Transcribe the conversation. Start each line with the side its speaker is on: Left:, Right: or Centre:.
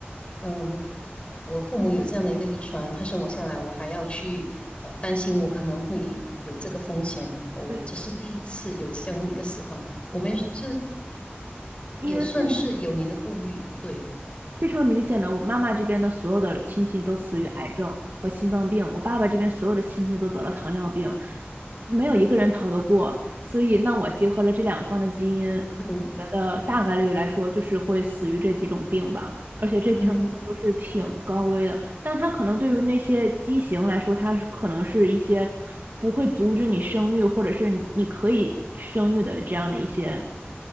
Left: 嗯、我父母有这样的一个遗传，他生我下来，我还要去呃担心我可能会有这个风险，哦我这是第一次有这样一个思考。
Right: 对，
Left: 我们这
Right: 因为非
Left: 也算是有你的顾虑，对，
Right: 非常明显的，我妈妈这边的所有的亲戚都死于癌症和心脏病，我爸爸这边所有的亲戚都得了糖尿病，没有一个人逃得过。所以，那我结合了这两方的基因，
Left: 嗯
Right: 觉得大概率来说就是会死于这几种病吧，而且这几种病都是挺高危的。
Left: 嗯。
Right: 但它可能对于那些畸形来说，它是可能是一些不会阻止你生育，或者是你你可以生育的这样的一些